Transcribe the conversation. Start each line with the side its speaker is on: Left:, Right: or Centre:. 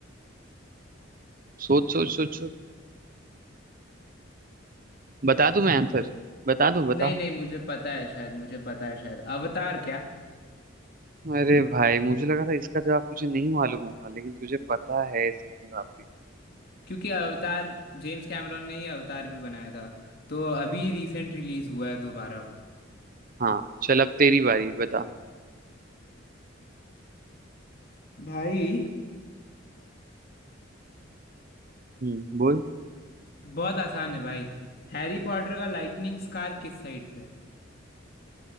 Right: सोच सोच सोच सोच बता दूं मैं आंसर बता दूं बता
Left: नहीं नहीं मुझे पता है शायद मुझे पता है शायद अवतार क्या
Right: अरे भाई मुझे लगा था इसका जवाब तुझे नहीं मालूम होगा लेकिन तुझे पता है इसका जवाब भी
Left: क्योंकि अवतार जेम्स कैमरॉन ने ही अवतार भी बनाया था तो अभी रिसेंट रिलीज हुआ है दोबारा वो
Right: हाँ चल अब तेरी बारी बता
Left: भाई
Right: हम्म बोल
Left: बहुत आसान है भाई हैरी पॉटर का लाइटनिंग स्कार किस साइड पे है